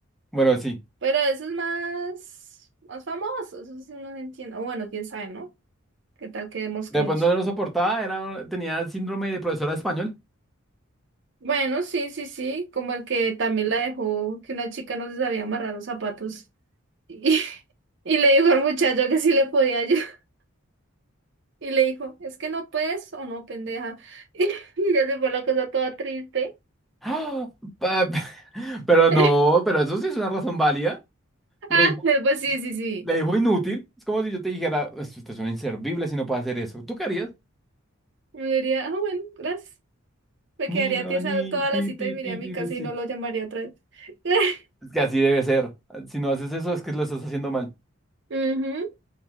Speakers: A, in the centre; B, on the right.
A: Bueno, sí.
B: Pero eso es más, más famoso, eso sí no se entiende. O bueno, quién sabe, ¿no? ¿Qué tal que demos
A: De
B: cringe?
A: pronto no lo soportaba, era, tenía síndrome de profesora de español.
B: Bueno, sí, sí, sí, como el que también la dejó, que una chica no se sabía amarrar los zapatos y, <laughs> y le dijo al muchacho que sí le podía ayudar. Y le dijo, es que no puedes o no, pendeja. <laughs> Y ya se fue la cosa toda triste.
A: ¡Ah! Pa- <laughs> Pero no,
B: <laughs>
A: pero eso sí es una razón válida. Le
B: Ah,
A: dijo,
B: pues sí, sí, sí.
A: le dijo inútil. Es como si yo te dijera, "Pues, usted es un inservible si no puede hacer eso. ¿Tú qué harías?
B: Me diría, ah, bueno, gracias. Me quedaría
A: Ni, no,
B: tiesa
A: ni,
B: toda
A: pi,
B: la cita
A: pi,
B: y me iría
A: pi,
B: a mi
A: pi,
B: casa
A: pi,
B: y
A: sí.
B: no lo llamaría otra vez. <laughs>
A: Es que así debe ser. Si no haces eso, es que lo estás haciendo mal.
B: Ujú.